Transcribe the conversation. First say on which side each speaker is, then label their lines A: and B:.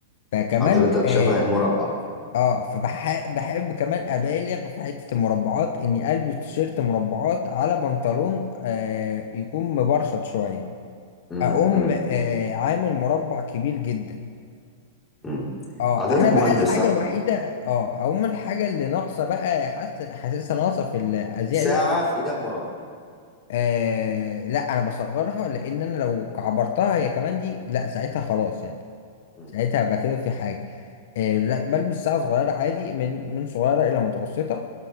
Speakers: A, on the left; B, on the left.
A: فكمان
B: حضرتك
A: اه,
B: شبه المربع
A: آه فبحب بحب كمان ابالغ في حتة المربعات اني البس تيشيرت مربعات على بنطلون آه يكون مبرشط شوية
B: مم.
A: اقوم
B: مم.
A: آه عامل مربع كبير جدا
B: مم.
A: اه
B: حضرتك
A: انا بقى
B: مهندس
A: الحاجة
B: صح؟
A: الوحيدة اه اقوم الحاجة اللي ناقصة بقى حاسس حاسسها ناقصة في الازياء
B: ساعة
A: اللي أنا بجيبها.
B: في ايدك مربع
A: آه لا انا بصغرها لان انا لو كعبرتها هي كمان دي لا ساعتها خلاص يعني
B: مم.
A: ساعتها هبقى كده في حاجة آه، لا بلبس ساعة صغيرة عادي من من صغيرة إلى متوسطة